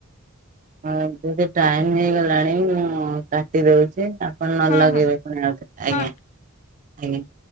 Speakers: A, on the right; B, on the left.
A: ହଁ ଦିଦି ଟାଇମ୍ ହେଇଗଲାଣି ମୁଁ କାଟି ଦଉଛି। ଆ ପୁଣି ନ
B: ହଁ
A: ଲଗେଇବେ
B: ହଁ
A: ପୁଣି ଆଉ ଥରେ ଆଜ୍ଞା,
B: ହଁ।
A: ଆଜ୍ଞା।